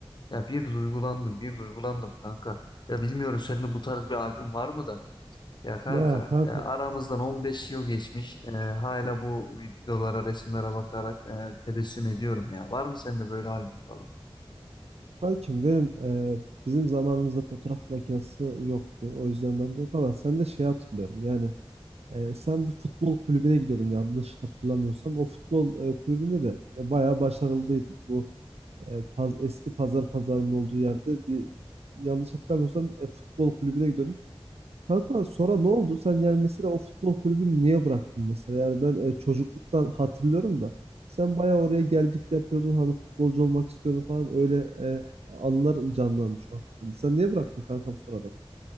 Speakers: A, on the left; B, on the right.
A: Ya bir duygulandım, bir duygulandım kanka. Ya bilmiyorum senin de bu tarz bir albüm var mı da? Ya kanka
B: Ya kanka,
A: e, aramızdan 15 yıl geçmiş. E, hala bu videolara, resimlere bakarak e, tebessüm ediyorum ya. Var mı sende böyle albüm falan?
B: kankim benim e, bizim zamanımızda fotoğraf makinesi yoktu. O yüzden ben de yok ama sen de şey hatırlıyorum. Yani e, sen bir futbol kulübüne gidiyordum yanlış hatırlamıyorsam. O futbol e, kulübünde de e, bayağı başarılıydın. Bu e, paz, eski pazar pazarının olduğu yerde bir yanlış hatırlamıyorsam e, futbol kulübüne gidiyordun. Kanka sonra ne oldu? Sen yani mesela o futbol kulübünü niye bıraktın mesela? Yani ben e, çocukluktan hatırlıyorum da sen bayağı oraya gel git yapıyordun hani futbolcu olmak istiyordun falan öyle e, anılar canlandı şu an. kafamda. Sen niye bıraktın kankam sonradan?